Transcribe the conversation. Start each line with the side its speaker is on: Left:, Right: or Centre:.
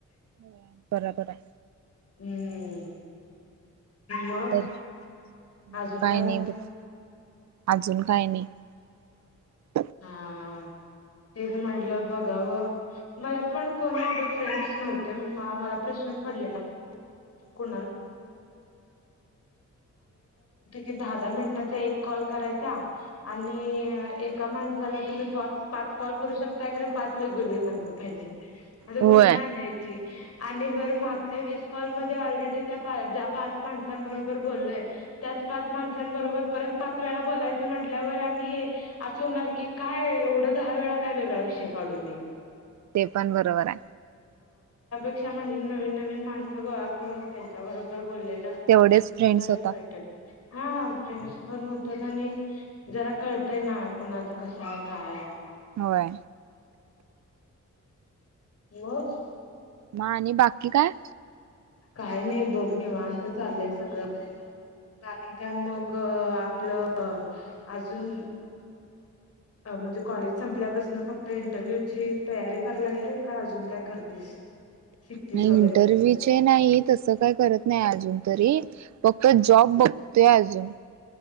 Right: हो बरोबर आहे
Left: हम्म मग
Right: तरी म
Left: अजून
Right: काय
Left: म्हण
Right: नाही बग अजून काय नाही
Left: हा तेच म्हटलं बघावं मला पण कोणी ए फ्रेंड्स नव्हते मला प्रश्नच पड क एक मिनिटाचा एक कॉल करायचा आणि एका माणसाला तुम्ही पाच पाच कॉल करू शकता खरं पाच वेगवेगळी माणसं पाहिजेत आग
Right: होय
Left: कुठुन आणायची आणि बरं मागच्या वेळेस कॉलमध्येध्ये ऑलरेडी त्या ज्या पाच माणसांबरोबर बोललोय त्यात पाच पाच माणसांबरोबर परत पाच वेळा बोलायचं म्हटल्यावर आणि् असं होणार की काय एवढंत दहा वेळा काय वेगळा विषय काढू मी
Right: ते पण बरोबर आहे
Left: ा म्हण नवीन नवीन माणसं गोळा करून त्यांच्याबरोबर बले
Right: तेवढेच फ्रेंड्स
Left: घर
Right: होतात.
Left: वा हा फ्रेश पण होत त्यां आणि जरा कळतय ना कोणाचं कस आहे काय
Right: होय
Left: महक
Right: मा आणि बाकी काय
Left: काय नाही बघ निवांत चाललंय सगळं बाकी काय मग आपलं अजून म्हणजे कॉलेज संपल्यापासून फक्त इंटरव्ह्यू ची तयारी करायला लागले का अजून काय करतेस शिकतीस
Right: नाही
Left: वगैरे
Right: इंटरव्ह्यूचे
Left: पुढचं
Right: नाहीत तस काही करत नाही अजून तरी फक्त जॉब बघतोय अजून